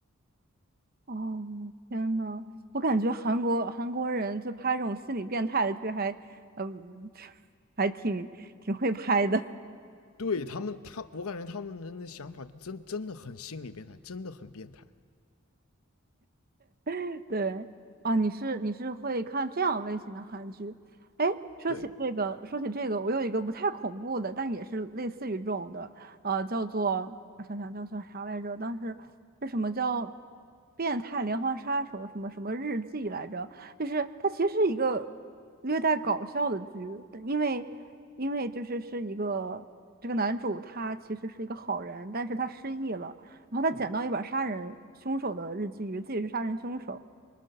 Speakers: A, on the right; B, on the left.
A: 哦，天呐，我感觉韩国韩国人就拍这种心理变态的剧还，嗯，<laughs> 还挺挺会拍的。
B: 对他们，他我感觉他们人的想法真真的很心理变态，真的很变态。
A: <laughs> 对，啊，你是你是会看这样类型的韩剧？哎，说起这个，
B: 对，
A: 说起这个，我有一个不太恐怖的，但也是类似于这种的，呃，叫做我想想叫做啥来着？当时是什么叫变态连环杀手什么什么日记来着？就是它其实是一个略带搞笑的剧，但因为因为就是是一个这个男主他其实是一个好人，但是他失忆了。然后他捡到一本杀人凶手的日记，以为自己是杀人凶手，